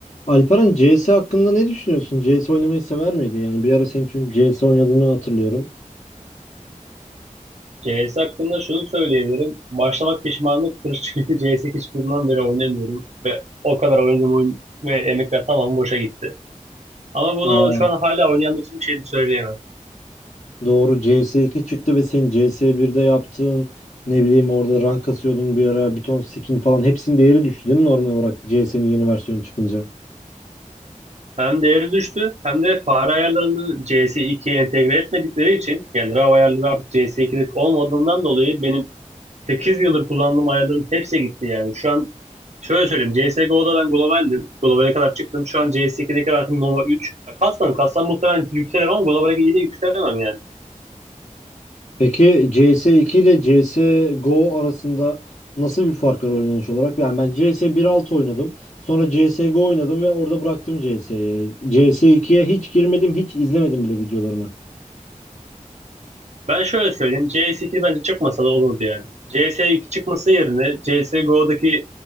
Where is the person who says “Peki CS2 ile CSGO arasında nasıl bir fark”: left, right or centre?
Left